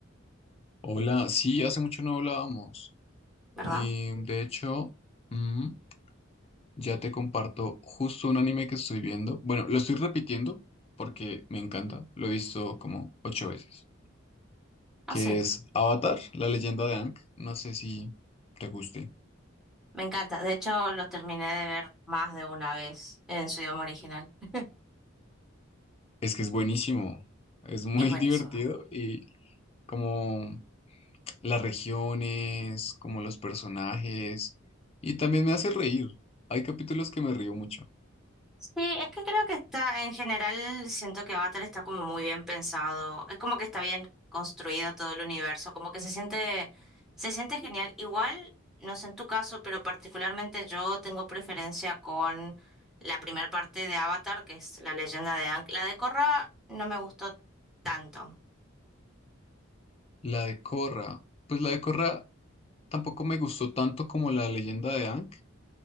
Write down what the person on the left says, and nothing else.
Hola, sí, hace mucho no hablábamos.
Y de hecho, mm, ya te comparto justo un anime que estoy viendo. Bueno, lo estoy repitiendo porque me encanta. Lo he visto como ocho veces.
Que
es Avatar, la leyenda de Aang. No sé si te guste.
Es que es buenísimo. Es muy
<laughs> divertido y como las regiones, como los personajes. Y también me hace reír. Hay capítulos que me río mucho.
La de Korra. Pues la de Korra. tampoco me gustó tanto como la leyenda de Aang,